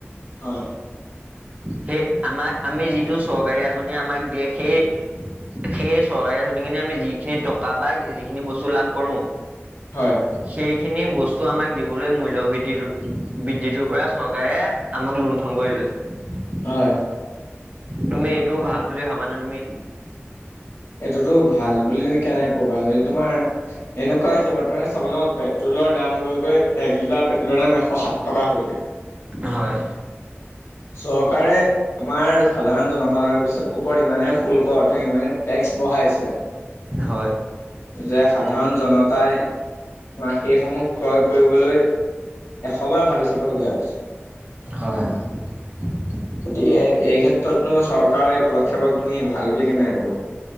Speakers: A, on the left; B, on the right.
A: হয়
B: সেই আমাক আমি যিটো চৰকাৰী আঁচনি আমাক দিয়ে সেই সেই চৰকাৰী আচনিখিনি আমি যিখিনি টকা বা যিখিনি বস্তু লাভ কৰো
A: হয়
B: সেই খিনি বস্তু আমাক দিবলৈ মূল্য বৃদ্ধি বৃদ্ধিটোৰ পৰা চৰকাৰে আমাক লুণ্ঠন কৰি লয় <unintelligible>
A: হয়
B: তুমি এইটো ভাল বুলি ভাবানে তুমি
A: সেইটোতো ভাল বুলি তুমি কেনেক ক'বা যদি তোমাৰ এনেকুৱা হৈছে বৰ্তমানে চাব যা পেট্ৰলৰ দাম গৈ গৈ এক লিটাৰ পেট্ৰলৰ দাম এশ সাত টকা হৈ যায়
B: হয়
A: চৰকাৰে আমাৰ সাধাৰণ জনসাধাৰণৰ পিছত ওপৰত ইমানে শুল্ক অৰ্থাৎ ইমানে টেক্স বঢ়াইছে
B: হয়
A: যে সাধাৰণ জনতাই বা সেইসমূহ ক্ৰয় কৰিবলৈ এশবাৰ ভাবি চাবলগীয়া হৈছে।
B: হয় <inaudible>
A: গতিকে এই ক্ষেত্ৰতনো চৰকাৰৰ এই পদক্ষেপক তুমি ভাল বুলি কেনেকে ক'বা